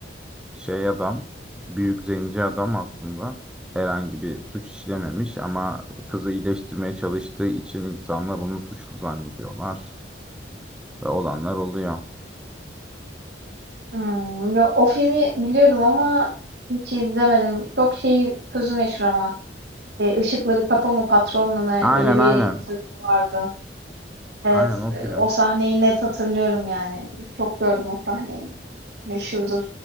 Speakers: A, in the centre; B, on the right.
A: şey adam büyük zenci adam aslında herhangi bir suç işlememiş ama kızı iyileştirmeye çalıştığı için insanlar onu suçlu zannediyorlar ve olanlar oluyor.
B: Hımm, ya, o filmi biliyorum ama hiç izlemedim. Çok şey sözü meşhur ama, eee, "Işıkları kapama patron" ne,
A: Aynen
B: öyle bir
A: aynen.
B: sözü vardı. Evet,
A: Aynen o
B: eee,
A: film.
B: o sahneyi net hatırlıyorum yani. Çok gördüm o sahneyi. Meşhurdur.